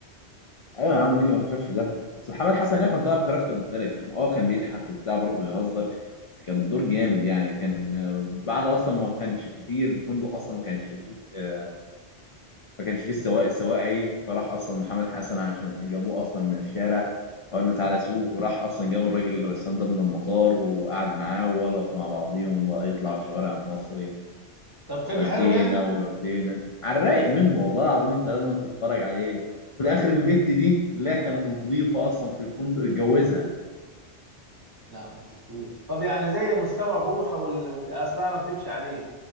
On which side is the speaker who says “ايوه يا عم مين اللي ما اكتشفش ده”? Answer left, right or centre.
Left